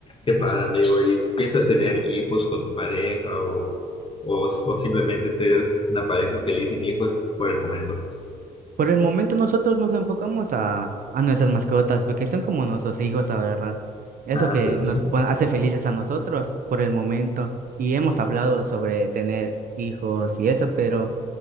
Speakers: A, on the left; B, on the right.
A: Qué padre, amigo. ¿Y piensas tener hijos con tu pareja o, o, o simplemente ser una pareja feliz sin hijos por el momento?
B: Por el momento nosotros nos enfocamos a, a nuestras mascotas, porque son como nuestros hijos, la verdad. Es
A: Ah,
B: lo que
A: sí,
B: nos
A: sí.
B: pon- hace felices a nosotros por el momento. Y hemos hablado sobre tener hijos y eso, pero